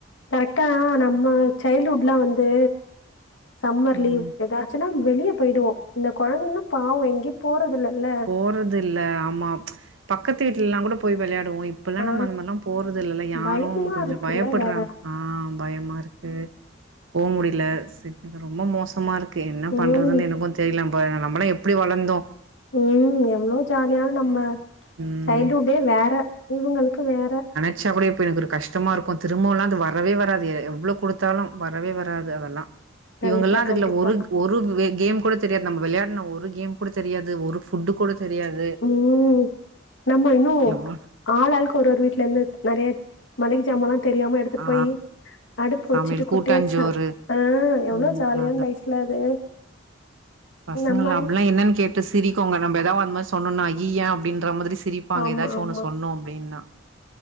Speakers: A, on the left (about 70°); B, on the right (about 75°).
A: கரெக்ட்டா நம்ம சைல்டுஹுட்லா வந்து சம்மர்
B: ம்.
A: லீவ் எதாச்சுன்னா வெளிய போய்டுவோ இந்த கொழந்தைங்லா பாவோ எங்கயு போறதில்லல்ல
B: போறதில்ல ஆமா பக்கத்து வீட்லல்லா கூட போய் வெளையாடுவோ இப் பல்லா
A: ஆ
B: நம்ம அந்த மாரிலா போறதில்லல்ல யாரு
A: பயமா
B: கொஞ்சோ
A: இருக்குல்ல
B: பயப்பட்றாங்
A: வேற
B: ஆ பயமா இருக் கு போ முடில சிட் இது ரொம்ப மோசமா இருக்கு என்ன
A: ம்
B: பண்றதுன் எனக்கு தெரில நம் ப நம்மல்லா எப்பிடி வளந்தோ
A: ம் எவ்ளோ ஜாலியா நம்ம
B: இருந்தோம். ம்.
A: சைல்டுஹுட்டே வேற இவுங்களுக்கு வேற
B: ச்சா கூடி இப்போ எனக்கு ஒரு கஷ்டமாருக்கு திரும்பவுல்லா அது வரவே வராது எ எவ்ளோ குடுத்தாலு வரவே வராது அதெல்லா
A: கண்டிப்பா
B: இவங்கல்லா அதுல
A: கண்டிப்பா
B: ஒரு க் ஒரு வே கேம் கூட தெரியாது நம்ம விளயாட்ன ஒரு கேம் கூட தெரியாது ஒரு ஃபுட்டு கூட தெரியாது
A: ம் நம்ம இன்னு
B: எவ்வ
A: ஆளாள்க்கு ஒரு ஒரு வீட்லர்ந்து நெறைய மளிக ஜாமால்லா தெரியாம எடுத்துட்டு
B: ஆ
A: போயி அடுப்பு
B: சமையல்
A: வெச்சுட்டு
B: கூட்டாஞ்சோறு
A: குட்டியா சா ஆ எவ்ளோ
B: ம்
A: ஜாலியான் லைஃப்ல்ல அது
B: பசங்கல்லா
A: நம்ம
B: அப்பிட்லா என்னன் கேட்டு சிரிக்குங்க நம்ப எதா அந் மார் சொன்னோனா அய்யிய்ய அப்டின்ற மாதிரி சிரிப் பாங்க
A: ஆமா
B: எதாச்சு
A: ஆமா
B: ஒன்னு சொன்னோ அப்டின்னா